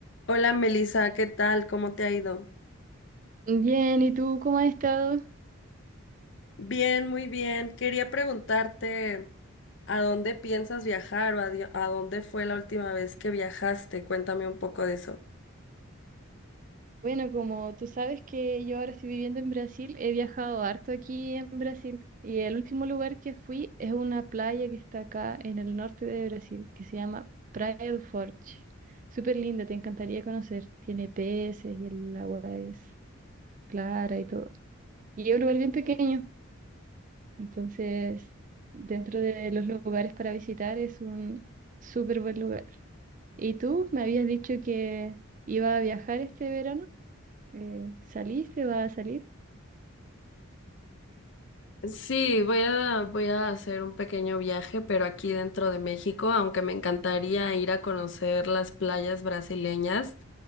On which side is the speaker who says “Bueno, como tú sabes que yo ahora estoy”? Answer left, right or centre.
Right